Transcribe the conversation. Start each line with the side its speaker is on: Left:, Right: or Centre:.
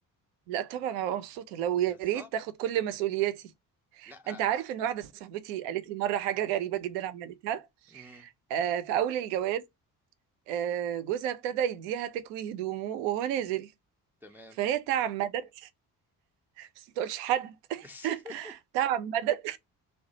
Right: لا طبعا انا مبسوطه لو يا
Centre: بالظبط
Right: ريت تاخد كل مسؤولياتي
Centre: لا
Right: انت عارف ان واحده صاحبتي قالت لي مره حاجه غريبه جدا عملتها
Centre: امم
Right: آه في اول الجواز آه جوزها ابتدى يديها تكوي هدومه وهو نازل
Centre: تمام
Right: فهي تعمدت بس ما تقولش حد
Centre: <laughs>
Right: تعمدت